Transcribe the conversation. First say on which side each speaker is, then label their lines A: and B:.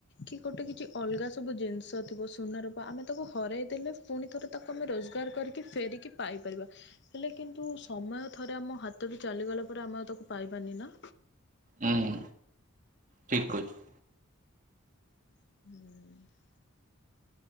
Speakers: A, on the left; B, on the right.
A: କି ଗୋଟେ କିଛି ଅଲଗା ସବୁ ଜିନିଷ ଥିବ ସୁନାରୂପା ଆମେ ତାକୁ ହରାଇ ଦେଲେ ପୁଣି ଥରେ ତାକୁ ଆମେ ରୋଜଗାର କରିକି ଫେରିକି ପାଇପାରିବା ହେଲେ କିନ୍ତୁ ସମୟ ଥରେ ଆମ ହାତରୁ ଚାଲିଗଲା ପରେ ଆମେ ଆଉ ତାକୁ ପାଇବାନି ନା?
B: ହୁଁ ଠିକ୍ କହିଛୁ।
A: ହୁଁ।